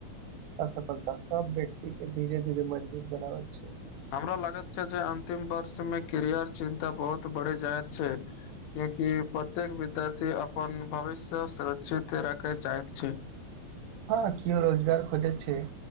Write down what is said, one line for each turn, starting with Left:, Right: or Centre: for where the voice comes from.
Right: असफलता सब व्यक्ति के धीरे धीरे मजबूत बनाबैत छैय,
Left: हमरा लागत छैय जे अंतिम वर्ष में कैरियर चिन्ता बहुत बढ़ि जायत छैय कियेकि प्रत्येक विद्यार्थी अपन भविष्य सुरक्षित, राखय चाहैत छैय।
Right: हँ किओ रोजगार खोजय छैय।